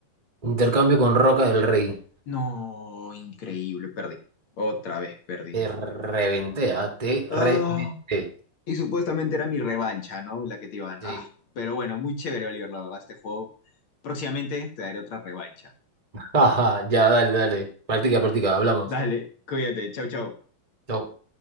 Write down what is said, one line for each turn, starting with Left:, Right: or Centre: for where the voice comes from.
Right: Intercambio con roca del rey.
Left: No, increíble, perdí. Otra vez perdí.
Right: Te reventé, ah, Te
Left: Ah,
Right: reventé.
Left: Y supuestamente era mi revancha, ¿no? La que te iban.
Right: Sí.
Left: Ah, pero bueno, muy chévere, Oliver, la verdad, este juego. Próximamente te daré otra revancha.
Right: <laughs> Jaja, ya, dale, dale. Practica, practica, hablamos.
Left: Dale, cuídate, chau, chau.
Right: Chau.